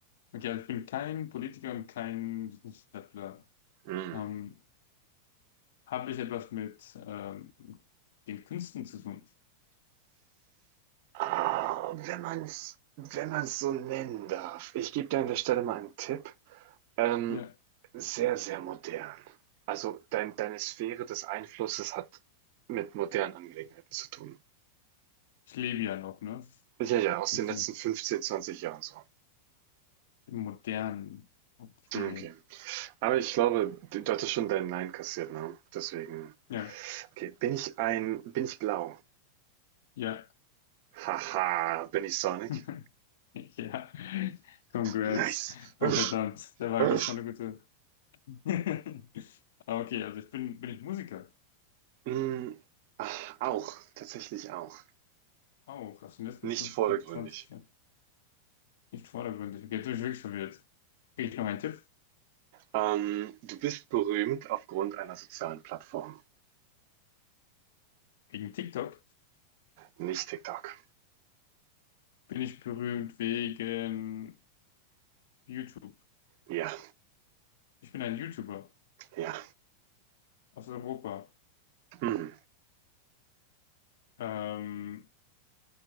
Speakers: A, on the left; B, on the right.
A: Okay, also ich bin kein Politiker und kein Wissenschaftler.
B: mm.
A: Ähm, habe ich etwas mit ähm, den Künsten zu tun?
B: Ah, wenn man es wenn man's so nennen darf. Ich gebe dir an der Stelle mal einen Tipp. Ähm,
A: Ja,
B: sehr, sehr modern. Also dein, deine Sphäre des Einflusses hat mit modernen Angelegenheiten zu tun.
A: ich lebe ja noch, ne?
B: Ja, ja, aus
A: Okay.
B: den letzten 15 20 Jahren so.
A: Im Modernen. Okay.
B: Okay. Aber ich glaube, du du hattest schon dein Nein kassiert, ne? Deswegen.
A: Ja,
B: Okay, bin ich ein, bin ich blau?
A: ja.
B: Haha, bin ich Sonic?
A: <laughs> Ja. Congrats.
B: Nice. Husch,
A: Oh, verdammt. Der war,
B: husch.
A: das ist doch eine gute. <laughs> Ah, Okay, also ich bin, bin ich Musiker.
B: Mm, ach, auch, tatsächlich auch.
A: Auch aus den letzten
B: Nicht
A: fünfzehn,
B: vordergründig.
A: zwanzig Jahren. Nicht vordergründig. Okay, jetzt bin ich wirklich verwirrt. Kriege ich noch einen Tipp?
B: Ähm, du bist berühmt aufgrund einer sozialen Plattform.
A: Wegen TikTok
B: Nicht TikTok.
A: bin ich berühmt wegen YouTube.
B: Ja,
A: Ich bin ein YouTuber.
B: ja.
A: Aus Europa.
B: Hm.
A: Ähm,